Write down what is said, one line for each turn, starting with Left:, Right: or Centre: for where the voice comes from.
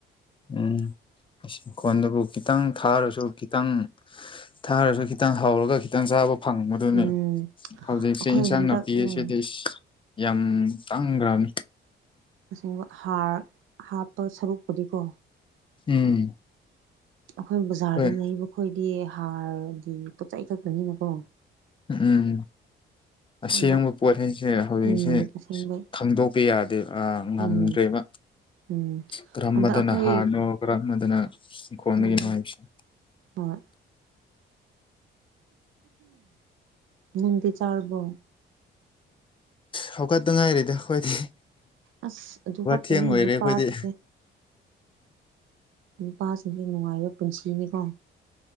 Left: ꯎꯝ ꯈꯣꯟꯗꯕꯨ ꯈꯤꯇꯪ ꯊꯥꯔꯁꯨ ꯈꯤꯇꯪ ꯊꯥꯔꯁꯨ ꯈꯤꯇꯪ ꯍꯥꯎꯔꯒ ꯈꯤꯇꯪ ꯆꯥꯕ ꯐꯪꯕꯗꯨꯅꯤ
Right: ꯎꯝ
Left: ꯍꯧꯖꯤꯛꯁꯦ
Right: ꯑꯩꯈꯣꯏ
Left: ꯏꯟꯁꯥꯡ
Right: ꯍꯟꯗꯛ
Left: ꯅꯥꯄꯤ
Right: ꯎꯝ
Left: ꯑꯁꯤꯗꯤ ꯌꯥꯝ ꯇꯥꯡꯒ꯭ꯔꯥꯝ
Right: ꯁꯦꯡꯕ ꯍꯥꯔ ꯍꯥꯞꯄ ꯁꯔꯨꯛꯄꯨꯗꯤꯀꯣ
Left: ꯎꯝ
Right: ꯑꯈꯣꯏ ꯕꯖꯥꯔꯗ
Left: ꯍꯣꯏ
Right: ꯂꯩꯕ ꯈꯣꯏꯗꯤ ꯍꯥꯔꯒꯤ ꯄꯣꯠ ꯆꯩ ꯈꯛꯇꯅꯤꯅꯀꯣ
Left: ꯎꯝ ꯑꯁꯦꯡꯕ
Right: ꯑꯗꯣ
Left: ꯄꯣꯠ ꯍꯥꯏꯩꯁꯦ ꯍꯧꯖꯤꯛꯁꯦ
Right: ꯎꯝ ꯑꯁꯦꯡꯕꯩ
Left: ꯈꯪꯗꯣꯛꯄꯤ ꯌꯥꯗꯦ ꯑꯥ ꯉꯥꯝꯗ꯭ꯔꯦꯕ
Right: ꯎꯝ ꯎꯝ
Left: ꯀꯔꯝꯕꯗꯅ
Right: ꯍꯟꯗꯛ ꯑꯩꯈꯣꯏ
Left: ꯍꯥꯥꯅꯣ ꯀꯔꯝꯕꯗꯅ ꯏꯪꯈꯣꯟꯗꯒꯤꯅꯣ
Right: ꯎꯝ
Left: ꯍꯥꯏꯁꯦ
Right: ꯍꯣꯏ ꯅꯪꯗꯤ ꯆꯥꯔꯕꯣ
Left: ꯍꯧꯒꯠꯇ ꯉꯥꯏꯔꯦꯗꯤ ꯑꯩꯈꯣꯏꯗꯤ
Right: ꯑꯁ ꯑꯗꯨ ꯈꯛꯇꯅꯦ
Left: ꯊꯦꯡꯂꯣꯏꯔꯦ
Right: ꯅꯨꯄꯥꯁꯤꯡꯁꯦ
Left: ꯑꯩꯈꯣꯏꯗꯤ
Right: ꯅꯨꯄꯥꯁꯤꯡ ꯅꯨꯡꯉꯥꯏꯕ ꯄꯨꯟꯁꯤꯅꯦꯀꯣ